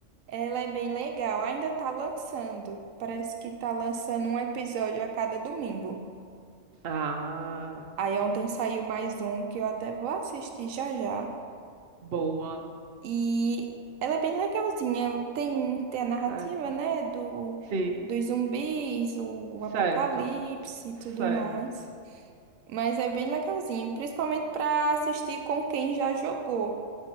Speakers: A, on the right (about 80°); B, on the right (about 55°).
A: Ela é bem legal, ainda tá lançando. Parece que tá lançando um episódio a cada domingo.
B: Ah,
A: Aí ontem saiu mais um que eu até vou assistir já já.
B: boa.
A: E ela é bem legalzinha. Tem, tem a narrativa,
B: Certo.
A: né, do,
B: Sim,
A: dos zumbis, o apocalipse
B: certo,
A: e tudo
B: certo.
A: mais. Mas é bem legalzinho, principalmente pra assistir com quem já jogou.